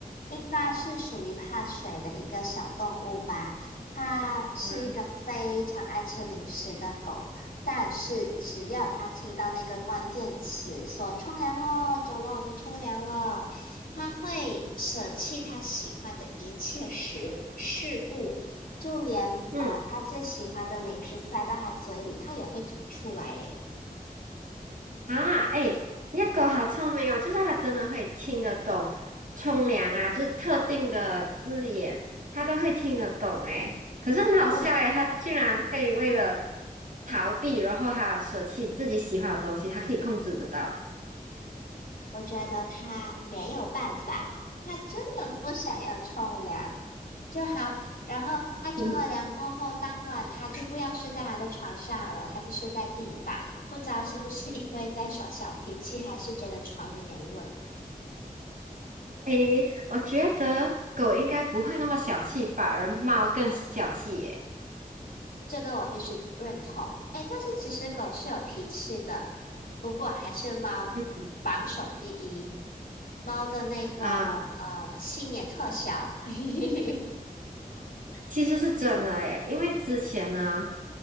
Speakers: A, on the left; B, on the right.
A: 应该是属于怕水的一个小动物吧。它是一个非常爱吃零食的狗，
B: 啊？<laughs> 嗯
A: 但是只要它听到那个关键词说“冲凉咯，走了，我们冲凉了”，它会舍弃它喜欢的一切食事物，就连呃它最喜欢的零食塞到它嘴里，
B: 嗯
A: 它也会吐出来耶。
B: 啊，哎，你的狗好聪明哦，就是它真的会听得懂冲凉啊，就是特定的字眼，它都会听得懂哎。可是很好笑哎，
A: 我
B: 它竟然会为了逃避，然后它舍弃自己喜欢的东西，它可以控制得到。
A: 我觉得他没有办法，他真的不想要冲凉就好。然后他冲了凉过后，
B: <laughs>
A: 当晚他就不要睡在他的床上了，他就睡在地板。不知道是不是因为在耍小脾气，还是觉得床有点热，
B: 诶，我觉得狗应该不会那么小气，反而猫更小气耶。
A: 这个我必须认同。哎，但是其实狗是有脾气的，不过还是猫榜首第一，
B: 嗯
A: 猫的那个呃心也特小。
B: 啊。
A: <laughs>
B: 其实是真的诶，因为之前呢，